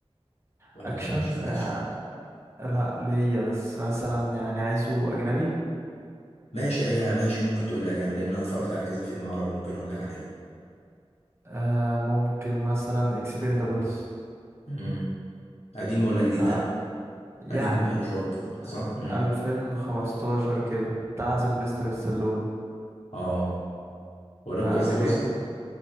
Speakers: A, on the left; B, on the right.
A: ولا
B: اكشن
A: انت مالكش في الاكشن
B: آه، لا ليا بس مثلا يعني عايزه اجنبي
A: ماشي اي حاجة ماشي ممكن تقول لي اجنبي لان انا اتفرجت على كذا فيلم عربي ممكن اقول لك عليهم
B: آه ممكن مثلا اكسبندابلز
A: امم قديم ولا جديد
B: بتاع
A: ده
B: يعني
A: قديم رشاط
B: آه،
A: صح امم
B: ألفين خمستاشر كده بتاع سيلفستر ستالون
A: اه ولو
B: ده
A: كذا
B: ده
A: جزء
B: جامد